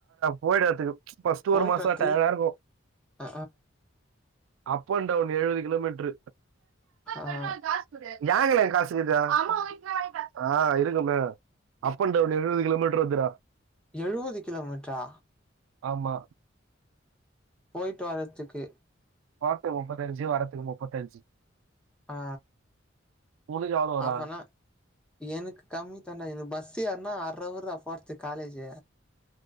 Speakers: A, on the right; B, in the centre.
A: போயிடு வரதுக்கு பஸ்ட்ட்
B: போயிட்டு
A: ஒரு மாசம்ல
B: வரத்துலயே
A: டயர்டா இருக்கும்
B: ஆ
A: அப் அண்ட் டவுன் எழுபது கிலோமீட்டரு
B: ஆ ஆ
A: கட்டுறான் காஸ் கூடு எங்கல எங்க காசு கிதா அம்மா இட் த வாங்கி தர சொல்சி ஆ இருக்குமே அப் அண்ட் டவுன் எழுபது கிலோமீட்டர் வருது டா
B: எழுவது கிலோமீட்டரா
A: ஆமா
B: போயிட்டு வரத்துக்கு
A: போரத்துக்கு முப்பத்தஞ்சு வரத்துக்கு முப்பத்தஞ்சு
B: ஆ
A: உனக்கு எவ்வளோ வரா
B: அவனா எனக்கு கம்மி தண்டா எனக்கு பஸ் ஏறினா அர் ஹோர் போர்த்து காலேஜ்